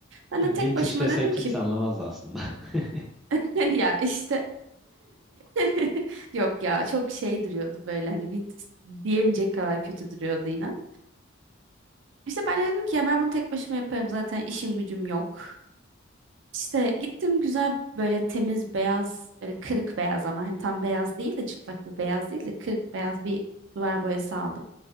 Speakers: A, on the right; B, in the centre.
A: Ben
B: Ya
A: de tek
B: vintage
A: başıma
B: desen
A: dedim
B: kimse
A: ki
B: anlamaz aslında. <laughs>
A: <laughs> ya işte <laughs> yok ya çok şey duruyordu böyle hani vintage diyemeyecek kadar kötü duruyordu inan. İşte ben de dedim ki ya ben bunu tek başıma yaparım zaten işim gücüm yok. İşte gittim güzel böyle temiz beyaz böyle kırık beyaz ama hani tam beyaz değil de çıtlak bir beyaz değil de kırık beyaz bir duvar boyası aldım.